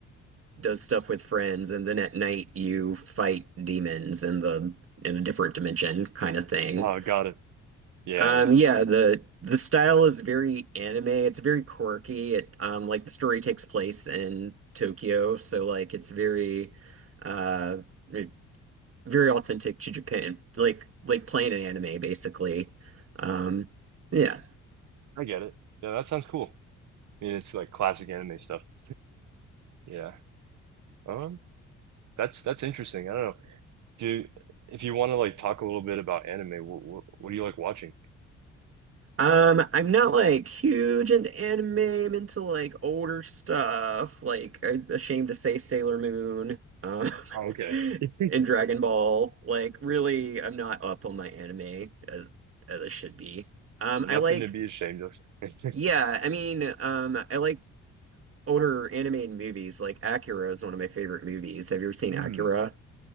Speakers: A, on the right; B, on the right.
A: does stuff with friends, and then at night you fight demons in the in a different dimension kind of thing.
B: oh got it yeah
A: Um,
B: yeah
A: yeah, the the style is very anime. It's very quirky. It um, like the story takes place in Tokyo, so like it's very uh, it- very authentic to Japan, like like playing an anime basically. Um, yeah.
B: I get it yeah that sounds cool It's like classic anime stuff. <laughs> Yeah. Um, that's that's interesting. I don't know. Do if you want to like talk a little bit about anime, what what, what do you like watching?
A: Um, I'm not like huge into anime. I'm into like older stuff, like I'm ashamed to say Sailor Moon, um,
B: Oh,
A: <laughs>
B: okay. It's
A: and Dragon Ball. Like, really, I'm not up on my anime as as I should be.
B: <laughs>
A: Um,
B: Nothing
A: I like,
B: to be ashamed of. <laughs>
A: yeah, I mean, um, I like older animated movies. Like Akira is one of my favorite movies. Have you ever seen
B: Hmm.
A: Akira?